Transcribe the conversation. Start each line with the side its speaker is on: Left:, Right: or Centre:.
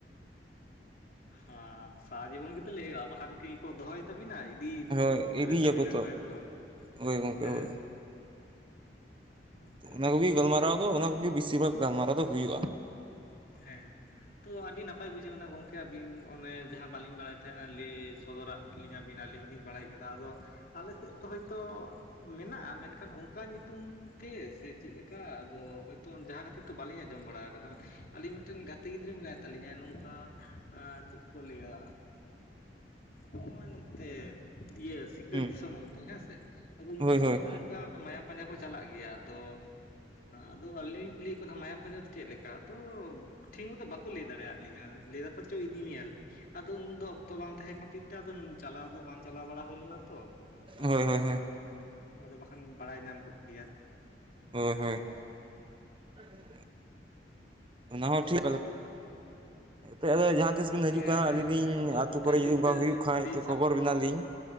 Left: ᱦᱮᱸ ᱥᱟᱨᱟ ᱡᱤᱵᱚᱱ ᱜᱮᱛᱚ ᱞᱟᱹᱭ ᱦᱩᱭᱩᱜᱼᱟ ᱵᱟᱠᱷᱟᱱ ᱠᱤ ᱠᱚ ᱫᱚᱦᱚᱭ ᱛᱟᱹᱵᱤᱱᱟ ᱤᱫᱤ
Right: ᱦᱳᱭ
Left: ᱩᱛᱟᱹᱨ
Right: ᱤᱫᱤᱭᱟᱠᱚ
Left: ᱛᱟᱹᱵᱤᱱᱟ
Right: ᱛᱚ
Left: ᱠᱚ ᱦᱮᱸ ᱥᱮ ᱵᱟᱝ
Right: ᱦᱳᱭ ᱜᱚᱝᱠᱮ
Left: ᱦᱮᱸ
Right: ᱦᱳᱭ
Left: ᱟᱪᱪᱷᱟ
Right: ᱛᱚ ᱚᱱᱟ
Left: ᱟᱪᱪᱷᱟ
Right: ᱠᱚᱜᱮ
Left: ᱟᱪᱪᱷᱟ
Right: ᱜᱟᱞᱢᱟᱨᱟᱣ ᱫᱚ ᱚᱱᱟ ᱠᱚᱜᱮ ᱵᱮᱥᱤᱨ ᱵᱷᱟᱜ ᱜᱟᱞᱢᱟᱨᱟᱣ ᱫᱚ ᱦᱩᱭᱩᱜᱼᱟ᱾
Left: ᱦᱮᱸ ᱛᱚ ᱟᱹᱰᱤ ᱱᱟᱯᱟᱭ ᱵᱩᱡᱷᱟᱹᱣᱮᱱᱟ ᱜᱚᱝᱠᱮ ᱟᱹᱵᱤᱱ ᱚᱱᱮ ᱡᱟᱦᱟᱸ ᱵᱟᱹᱞᱤᱧ ᱵᱟᱲᱟᱭ ᱛᱟᱦᱮᱸ ᱞᱤᱧ ᱥᱚᱫᱚᱨᱟᱜ ᱞᱤᱧᱟ ᱵᱤᱱ ᱟᱹᱞᱤᱧ ᱦᱚᱞᱤᱧ ᱵᱟᱲᱟᱭ ᱠᱮᱫᱟ᱾ ᱟᱫᱚ ᱟᱞᱮᱥᱮᱫ ᱫᱚ ᱦᱚᱭ ᱛᱚ ᱢᱮᱱᱟᱜᱼᱟ ᱢᱮᱱᱠᱷᱟᱱ ᱚᱱᱠᱟ ᱧᱩᱛᱩᱢ ᱛᱮ ᱥᱮ ᱪᱮᱫ ᱞᱮᱠᱟ ᱟᱫᱚ ᱦᱚᱭᱛᱳ ᱡᱟᱦᱟᱸ ᱠᱤᱛᱩ ᱵᱟᱹᱞᱤᱧ ᱟᱡᱸᱚᱢ ᱵᱟᱲᱟ ᱠᱟᱫᱟ ᱢᱤᱫᱴᱮᱱ ᱜᱟᱛᱮ ᱜᱤᱫᱽᱨᱟᱹ ᱢᱮᱱᱟᱭ ᱛᱟᱞᱤᱧᱟ ᱱᱚᱝᱠᱟ ᱪᱮᱫ ᱠᱚ ᱞᱟᱹᱭᱟ ᱦᱚᱜᱼᱚᱭ ᱱᱚᱛᱮ ᱤᱭᱟᱹ ᱥᱤᱠᱟᱹᱨ
Right: ᱦᱩᱸ
Left: ᱫᱤᱥᱚᱢ ᱚᱱᱛᱮ ᱦᱮᱸ ᱥᱮ ᱟᱫᱚ ᱩᱱᱠᱩ
Right: ᱦᱳᱭ
Left: ᱥᱮᱫ
Right: ᱦᱳᱭ
Left: ᱦᱚᱸ ᱠᱟ ᱢᱟᱭᱟᱢ ᱯᱟᱸᱡᱟ ᱠᱚ ᱪᱟᱞᱟᱜ ᱜᱮᱭᱟ ᱟᱫᱚ ᱟᱫᱚ ᱟᱹᱞᱤᱧ ᱞᱤᱧ ᱠᱩᱞᱤᱭᱮᱫ ᱠᱚᱛᱷᱮᱸ ᱢᱟᱭᱟᱢ ᱯᱟᱸᱡᱟ ᱫᱚ ᱪᱮᱫ ᱞᱮᱠᱟ ᱛᱚ ᱴᱷᱤᱠ ᱢᱚᱛᱚ ᱵᱟᱠᱚ ᱞᱟᱹᱭ ᱫᱟᱲᱮᱭᱟᱫ ᱞᱤᱧᱟᱹ ᱞᱟᱹᱭ ᱫᱟᱠᱚ ᱪᱚ ᱤᱫᱤ ᱢᱮᱭᱟ ᱟᱫᱚ ᱩᱱ ᱫᱚ ᱚᱠᱛᱚ ᱵᱟᱝ ᱛᱟᱦᱮᱸ ᱠᱷᱟᱹᱛᱤᱨ ᱛᱮ ᱟᱫᱚ ᱪᱟᱞᱟᱣ ᱠᱩ ᱵᱟᱝ ᱪᱟᱞᱟᱣ ᱵᱟᱲᱟ ᱦᱩᱭ ᱞᱮᱱᱟ ᱛᱚ ᱟᱫᱚ
Right: ᱦᱳᱭ ᱦᱳᱭ ᱦᱳᱭ
Left: ᱟᱫᱚ ᱵᱟᱠᱷᱟᱱ ᱵᱟᱲᱟᱭ ᱧᱟᱢ ᱠᱚᱜ ᱠᱮᱭᱟ᱾
Right: ᱦᱳᱭ ᱦᱳᱭ <inaudible> ᱚᱱᱟ ᱦᱚᱸ ᱴᱷᱤᱠ <inaudible> ᱱᱤᱛᱚᱜ ᱫᱚ ᱡᱟᱦᱟᱸ ᱛᱤᱥ ᱵᱤᱱ ᱦᱤᱡᱩᱜ
Left: ᱦᱮᱸ
Right: ᱠᱟᱱᱟ
Left: ᱦᱮᱸ
Right: ᱟᱹᱞᱤᱧ
Left: ᱦᱮᱸ
Right: ᱞᱤᱧ
Left: ᱟᱫᱚ
Right: ᱟᱹᱛᱩ
Left: ᱴᱚᱴᱷᱟ
Right: ᱠᱚᱨᱮ
Left: ᱦᱤᱥᱟᱹᱵ
Right: ᱡᱩᱫᱤ ᱚᱱᱠᱟ
Left: ᱛᱮ
Right: ᱦᱩᱭᱩᱜ ᱠᱷᱟᱡ
Left: ᱡᱩᱫᱤ
Right: ᱛᱚ ᱠᱷᱚᱵᱚᱨ ᱵᱤᱱᱟᱞᱤᱧ